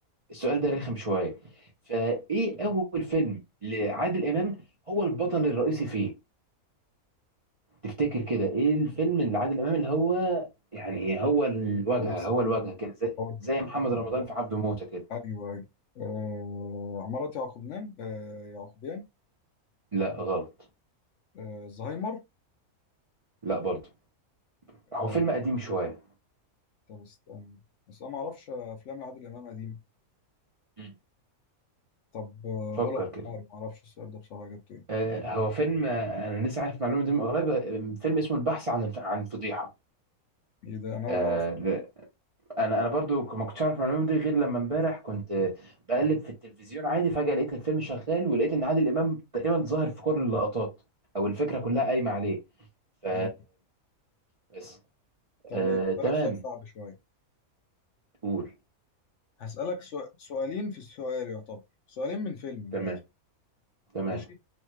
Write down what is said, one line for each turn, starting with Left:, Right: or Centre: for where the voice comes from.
Right: السؤال ده رخم شوية فايه اول فيلم لعادل امام هو البطل الرئيسي فيه تفتكر كده ايه الفيلم اللي عادل امام اللي هو يعني هو الواجهة
Left: مم. استنى
Right: هو الواجهة كده زي,
Left: هقول
Right: زي محمد
Left: لك
Right: رمضان في عبده موتة كده
Left: ايوه ايوه آه عمارة يعقوبيان آه يعقوبيان
Right: لا غلط
Left: آه زهايمر
Right: لا برضه هو
Left: آه
Right: فيلم قديم شوية
Left: طب استنى بس انا ما اعرفش افلام لعادل امام قديمه
Right: مم.
Left: طب آه
Right: فكر
Left: غلا
Right: كده
Left: قماري ما اعرفش السؤال ده بصراحه جبته ايه
Right: آه هو فيلم آه، انا لسه عارف معلومة دي من قريب آه، فيلم اسمه البحث عن عن فضيحة
Left: ايه ده انا اول
Right: آه
Left: مره أسمع.
Right: انا انا برضو ك- ما كنتش عارف المعلومه دي غير لما امبارح كنت بقلب في التلفزيون عادي فجاه لقيت الفيلم شغال ولقيت ان عادل امام تقريبا ظاهر في كل اللقطات او الفكره كلها قايمه عليه ف
Left: ايوه
Right: بس
Left: طب
Right: آه...
Left: ماشي
Right: تمام
Left: هسألك سؤال صعب شويه
Right: قول
Left: هسألك سو... سؤالين في السؤال يعتبر سؤالين من فيلم من
Right: تمام
Left: الاخر
Right: تمام
Left: ماشي